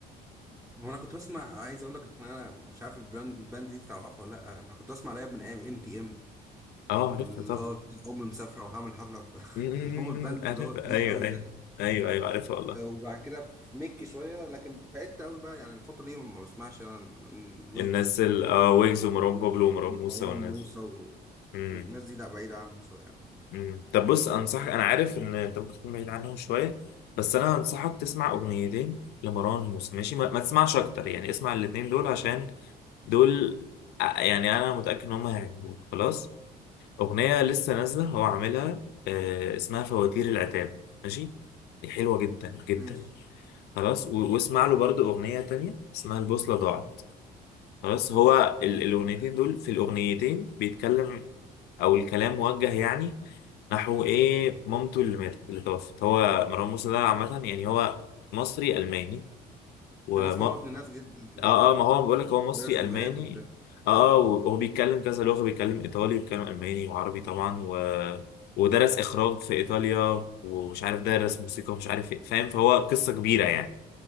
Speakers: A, in the centre; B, on the left.
A: هو انا كنت بسمع عايز اقول لك ان انا مش عارف البراند الباند دي تعرفها ولا لا انا كنت بسمع راب من ايام ام تي ام
B: اه
A: اللي
B: عرفتها
A: هو بتاع أمي مسافرة وهعمل حفلة في
B: أمم،
A: <laughs> اللي هم البند
B: عارف
A: اللي هو القديم
B: ايوه
A: قوي
B: ايوه
A: ده
B: ايوه ايوه عارفها والله
A: آه، وبعد كده في ميك شوية لكن بعدت قوي بقى يعني الفترة دي ما بسمعش أنا ويجز
B: الناس ال-
A: و-
B: اه ويجز ومروان بابلو
A: ومروان
B: ومروان موسى والناس
A: موسى و...
B: امم
A: والناس دي لا بعيدة عنهم شوية يعني
B: أمم. طب بص انصحك انا عارف ان انت ممكن تكون بعيد عنهم شويه بس انا انصحك تسمع اغنيتين لمروان موسى ماشي ما, ما تسمعش اكتر يعني اسمع الاتنين دول عشان دول آه، يعني انا متاكد ان هم هيعجبوك خلاص اغنيه لسه نازله هو عاملها آه اسمها فواتير العتاب ماشي دي حلوه جدا جدا
A: ماشي
B: خلاص و- واسمع له برضو اغنيه تانية اسمها البوصله ضاعت خلاص هو ال- الاغنيتين دول في الاغنيتين بيتكلم او الكلام موجه يعني نحو ايه مامته اللي ماتت اللي توفت هو مروان موسى ده عامه يعني هو مصري الماني وما
A: كان أسمع إن هو ابن ناس جدا
B: اه
A: و-
B: اه ما هو بقول لك
A: ومدرس
B: هو مصري الماني
A: لغات وبتاع
B: اه اه وهو بيتكلم كذا لغه بيتكلم ايطالي بيتكلم الماني وعربي طبعا و... ودرس اخراج في ايطاليا ومش عارف درس موسيقى ومش عارف ايه فاهم فهو قصه كبيره يعني